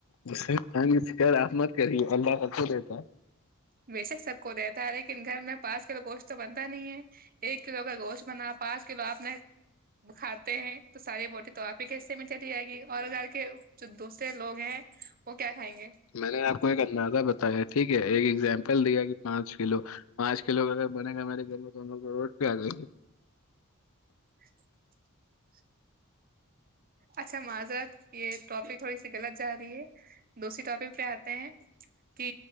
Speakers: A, on the left; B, on the right.
A: جس سے تنگ فکر آپ مت کریے اللہ سب کو دیتا ہے
B: ویشک سب کو رہتا ار ایک گھر میں پس گوشت تو بنتا نہیں ہے ایک کلو کا گوشت بنا پانچ کلو آپ کاتے ہیں تو ساری بوٹی تو آ کسے ٹی ہےی اور کر کے ج دوسرے لوگ ہیں وہ کیا کھائیں گے
A: میں نے آپ کو یہ کرنا تھا بتایا ٹھیک ہے ایک ایگزامپل کل دیا کہ پانچ کلو پانچ کلو کا اگر بنے گا ہمے گھر میں تو ہم لوگ کو روڈ پ آ جائے گی
B: <unintelligible> اچھا معذرت یہ ٹاپی تھوڑی سی غلط جا رہی ہے دوسری ٹاپک پہ آتے ہیں کہ